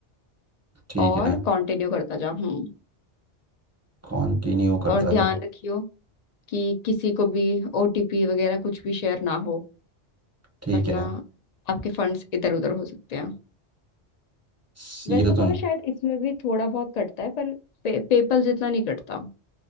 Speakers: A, on the right (about 20°); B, on the left (about 60°).
A: ठीक
B: और
A: है
B: कंटिन्यू करता जा हम्म
A: कंटिन्यू करता
B: और ध्यान
A: जा
B: रखियो कि किसी को भी ओटीपी वगैरह कुछ भी शेयर ना हो
A: ठीक
B: वरना
A: है
B: आपके फंड्स इधर उधर हो सकते हैं
A: स-
B: वैसे
A: ये तो तुम
B: तो ना शायद इसमें भी थोड़ा बहुत कटता है पर पे, पेपल जितना नहीं कटता